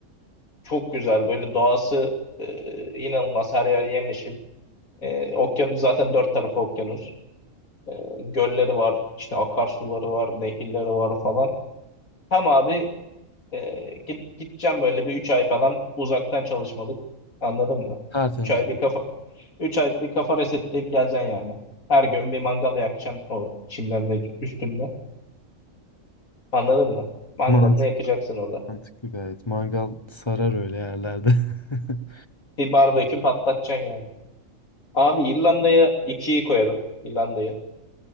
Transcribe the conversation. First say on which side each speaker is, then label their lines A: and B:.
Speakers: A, on the left (about 85°); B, on the left (about 25°).
A: Çok güzel böyle doğası e, inanılmaz her yer yemyeşil. E, okyanus zaten dört tarafı okyanus. E, gölleri var, işte akarsuları var, nehirleri var falan. Tam abi e, git, gideceğim böyle bir üç ay falan uzaktan çalışmalık. Anladın mı?
B: Tertemiz.
A: Üç ay bir kafa üç ay bir kafa resetleyip geleceksin yani. Her gün bir mangal yakacaksın o çimlerin üstünde. Anladın mı? Mangalını
B: Mantıklı,
A: yakacaksın orada.
B: mantıklı gayet. Mangal sarar öyle yerlerde. <laughs>
A: Bir barbekü patlatacaksın yani. Abi İrlanda'ya ikiyi koyarım. İrlanda'yı.